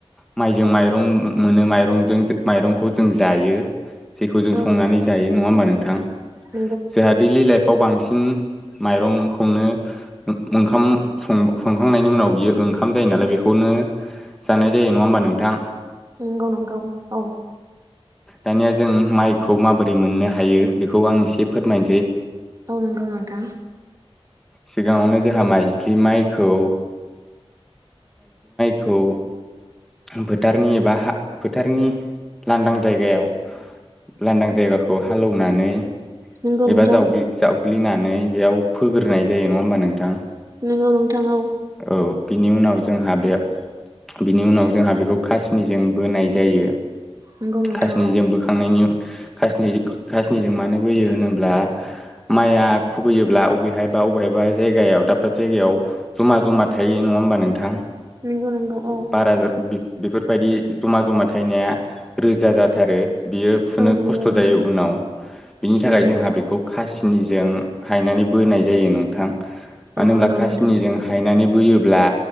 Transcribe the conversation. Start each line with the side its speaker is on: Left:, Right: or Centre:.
Centre: माइजों माइरं मोनो माइरंजों माइरंखौ जों जायो। जेखौ जों
Right: औ
Centre: संनानै
Right: नंगौ
Centre: जायो नङा होमबा नोंथां
Right: नंगौ
Centre: जोंहा दैलि लाइफ फाव बांसिन माइरंनो ओं संखांनायनि उनाव बियो। ओंखाम जायो नालाय बेखौनो जानाय जायो नङा होमबा नोंथां।
Right: नंगौ नंगौ औ
Centre: दानिया जों माइखौ माबोरै मोननो हायो बेखौ आं एसे फोरमायनोसै।
Right: औ नंगौ नोंथां।
Centre: सिगाङावनो जोंहा माइज्लि माइखौ। खौ फोथारनि एबा फोथारनि लांदां जायगायाव। लांदां जायगाखौ हालौनानै
Right: नंगौ
Centre: एबा
Right: नोंथां
Centre: जावग्लिनानै बेयाव फोग्रोनाय जायो नङा होमबा नोंथां।
Right: नोंगौ नोंथां औ।
Centre: औ बिनि उनाव जोंहा बे बिनि उनाव जोंहा बेखौ कासनिजों बोनाय जायो।
Right: नंगौ नोंथां
Centre: खासनिजों
Right: औ
Centre: बोखांनायनि। खासनि खासनिजों मानो बोयो होनोब्ला माइआ खुबैयोब्ला अबेहायबा। अबेहबा जायगायाव दाब दाब जायगायाव जमा जमा थायो नङा होमबा नोंथां।
Right: नंगौ नंगौ औ।
Centre: बारा बेफोरबायदि जमा जमा थायनाया रोजा जाथारो। बियो फुनो
Right: औ नंगौ
Centre: खस्थ'
Right: नोंथां
Centre: जायो उनाव बिनि थाखाय
Right: नंगौ
Centre: जोंहा
Right: नोंथां
Centre: बेखौ खासिनि। जों हायनानै बोनाय जायो नोंथां मानो
Right: औ
Centre: होनब्ला
Right: नंगौ
Centre: खासनिजों
Right: नोंथां
Centre: हायनानै। बोयोब्ला